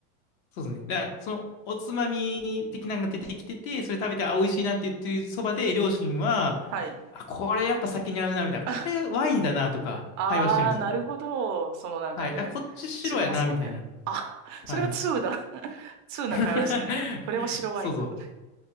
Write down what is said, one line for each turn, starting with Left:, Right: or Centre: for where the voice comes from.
Left: そうですね。だから、その、おつまみ的なのが出てきてて、それ食べて、あ、美味しいなって言ってるそばで、両親は、
Right: はい。
Left: あ、これやっぱ酒に合うな、みたいな。
Right: <laughs>
Left: これワインだな、とか、
Right: ああ、
Left: 会話してるんですよ。
Right: なるほど。そのなんかね、
Left: はい。あ、こっち白やな、
Right: 違いますもんね。
Left: みたいな。
Right: あ、それは通だ。
Left: はい。
Right: <laughs> 通な会話ですね。
Left: <laughs>
Right: これは白ワインだね。
Left: そうそう。